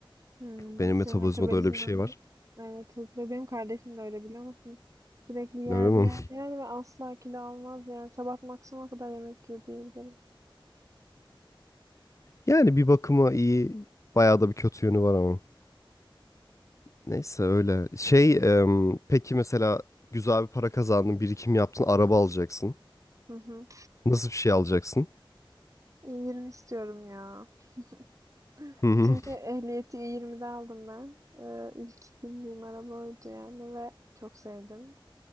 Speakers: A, on the right; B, on the left.
A: Hmm,
B: Benim
A: senin
B: metabolizmada
A: metabolizman
B: öyle bir şey var.
A: evet hızlı. Benim kardeşim de öyle biliyor musun? Sürekli yer
B: Öyle
A: yer
B: mi? <laughs>
A: yer ve asla kilo almaz yani. Sabah maksimum kadar yemek yiyor diyebilirim.
B: Yani bir bakıma iyi. Bayağı da bir kötü yönü var ama. Neyse öyle. Şey em, peki mesela güzel bir para kazandın. Birikim yaptın. Araba alacaksın.
A: Hı hı.
B: Nasıl bir şey alacaksın?
A: E20 istiyorum ya. <laughs>
B: Hı hı.
A: Çünkü ehliyeti E20'de aldım ben. Ee, ilk bindiğim araba oydu yani ve çok sevdim.